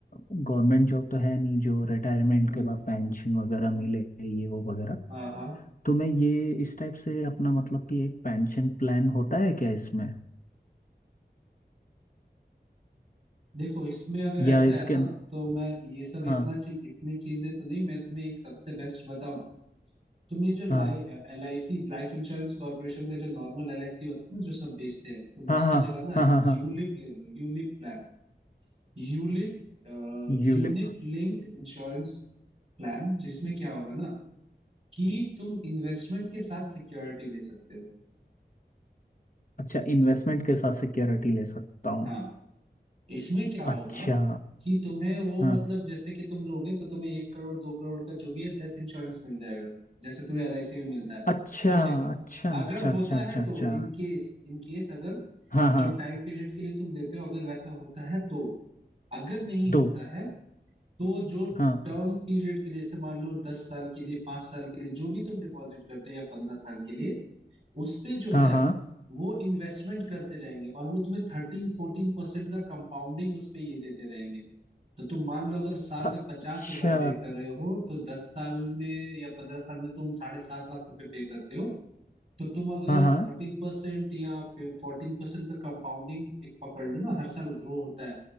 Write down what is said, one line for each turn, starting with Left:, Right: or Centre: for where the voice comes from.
Left: गवर्नमेंट जॉब तो है नहीं जो रिटायरमेंट
Right: हम्म
Left: के बाद पेंशन वगैरह मिले ये वो वगैरह
Right: हाँ हाँ
Left: तो मैं ये इस टाइप से अपना मतलब कि एक पेंशन प्लान होता है क्या इसमें
Right: देखो इसमें अगर
Left: या
Right: ऐसा
Left: इसके
Right: है ना तो मैं ये सब इतना
Left: हाँ
Right: ची, इतनी चीजें तो नहीं मैं तुम्हें एक सबसे बेस्ट बताऊं तुम ये जो लाई
Left: हाँ
Right: एल आई सी लाइफ इंश्योरेंस कॉर्पोरेशन का जो नॉर्मल एल आई सी होता है ना जो सब बेचते हैं तुम
Left: हाँ
Right: उसकी
Left: हाँ
Right: जगह ना
Left: हाँ हाँ हाँ
Right: यूलिप ले लो यूलिप प्लान यूलिट
Left: यूलिप
Right: यूनिट लिंक्ड इंश्योरेंस प्लान जिसमें क्या होगा ना कि तुम इन्वेस्टमेंट के साथ सिक्योरिटी ले सकते हो
Left: अच्छा इन्वेस्टमेंट के साथ सिक्योरिटी ले सकता हूँ
Right: हाँ इसमें क्या होगा
Left: अच्छा
Right: कि तुम्हें वो
Left: हाँ
Right: मतलब जैसे कि तुम लोगे तो तुम्हें एक करोड़ दो करोड़ का जो भी है डेथ इंश्योरेंस मिल जाएगा जैसे तुम्हें एल आई सी में मिलता है
Left: अच्छा
Right: ठीक है
Left: अच्छा
Right: अगर
Left: अच्छा
Right: होता
Left: अच्छा अच्छा
Right: है
Left: अच्छा
Right: तो इन केस इन केस अगर
Left: हाँ हाँ
Right: जो टाइम पीरियड के लिए तुम देते हो अगर वैसा होता है तो अगर नहीं
Left: दो
Right: होता है तो जो
Left: हाँ
Right: टर्म पीरियड के लिए जैसे मान लो दस साल के लिए पांच साल के लिए जो भी तुम डिपॉजिट करते हो या पंद्रह साल के लिए उस पे जो
Left: हाँ
Right: है
Left: हाँ
Right: वो इन्वेस्टमेंट करते रहेंगे और वो तुम्हें थर्टीन फोर्टीन परसेंट का कंपाउंडिंग उस पे ये देते रहेंगे तो तुम मान लो अगर साल
Left: अच्छा
Right: का पचास हजार पे कर रहे हो तो दस साल में या पंद्रह साल में तुम साढ़े सात लाख रुपए पे करते हो तो तुम अगर
Left: हाँ हाँ
Right: थर्टीन परसेंट या फोर्टीन परसेंट का कंपाउंडिंग एक पकड़ लो ना हर साल ग्रो होता है